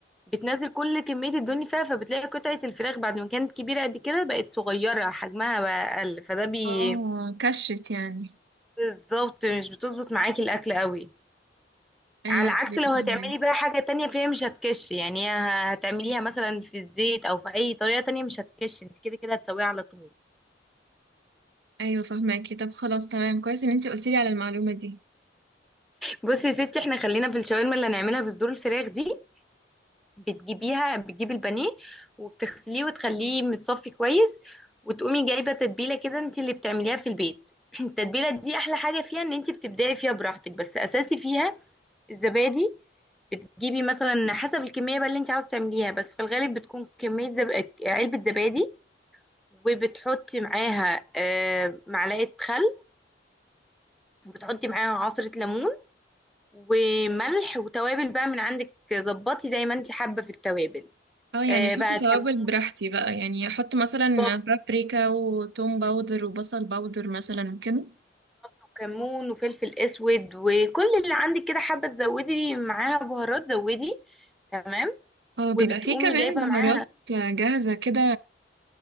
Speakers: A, in the centre; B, on the right.
A: بتنزل كل كمية الدهون اللي فيها فبتلاقي قطعة الفراخ بعد ما كانت كبيرة قد كده بقت صغيرة حجمها بقى اقل فده بي
B: اه كشت يعني
A: بالظبط مش بتظبط معاكي الاكل قوي
B: ايوه
A: على عكس لو هتعملي
B: فاهمك
A: بقى حاجة تانية فيها مش هتكش يعني ه- هتعمليها مثلا في الزيت او في اي طريقة تانية مش هتكش انت كده كده هتسويها على طول
B: ايوه فاهماكي طب خلاص تمام كويس ان انتي قلتي لي على المعلومة دي
A: بصي يا ستي احنا خلينا في الشاورما اللي هنعملها بصدور الفراخ دي بتجيبيها بتجيبي البانيه وبتغسليه وتخليه متصفي كويس وتقومي جايبة تتبيلة كده انت اللي بتعمليها في البيت <clears throat> التتبيلة دي احلى حاجة فيها ان انت بتبدعي فيها براحتك بس اساسي فيها الزبادي بتجيبي مثلا حسب الكمية بقى اللي انت عاوز تعمليها بس في الغالب بتكون كمية زب... علبة زبادي وبتحطي معاها آه، معلقة خل وبتحطي معاها عصرة ليمون وملح وتوابل بقى من عندك ظبطي زي ما انت حابة في التوابل
B: اه يعني
A: آه،
B: حطي
A: بقى
B: توابل
A: كمون
B: براحتي بقى يعني احط مثلا
A: ضبط
B: بابريكا وتوم باودر وبصل باودر مثلا وكده
A: وكمون وفلفل اسود وكل اللي عندك كده حابة تزودي معاها بهارات زودي تمام
B: اه
A: وبتقومي
B: بيبقى فيه كمان
A: جايبة
B: بهارات
A: معاها
B: جاهزة كده